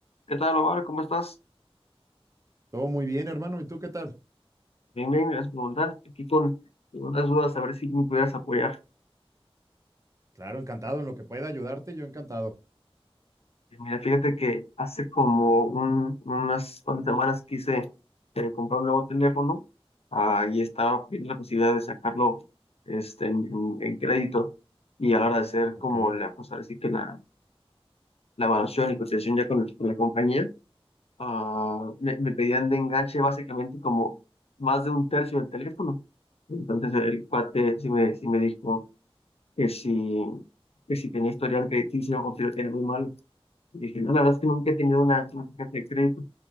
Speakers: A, on the left; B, on the right.
A: ¿Qué tal, Omar? ¿Cómo estás?
B: Todo muy bien, hermano. ¿Y tú qué tal?
A: Bien, bien, gracias por preguntar. Aquí con unas dudas, a ver si me pudieras apoyar.
B: Claro, encantado. En lo que pueda ayudarte, yo encantado.
A: Eh, Mira, fíjate que hace como un- unas cuantas semanas quise eh, comprar un nuevo teléfono ah, y estaba viendo la posibilidad de sacarlo este, en, en- en crédito y a la hora de hacer
B: Ok,
A: como la, pues ahora sí que la, la evaluación y cotización ya con, con la compañía, ah, me, me pedían de enganche básicamente como más de un tercio del teléfono. Entonces el cuate sí me, sí me dijo que si, que si tenía historial crediticio o si lo tenía muy mal. Y dije, no, la verdad es que nunca he tenido una tarjeta de crédito